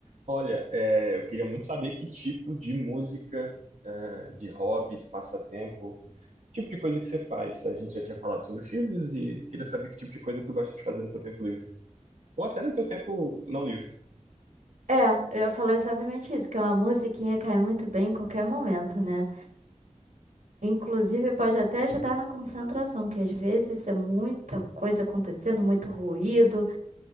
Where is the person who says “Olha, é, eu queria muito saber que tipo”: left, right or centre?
Right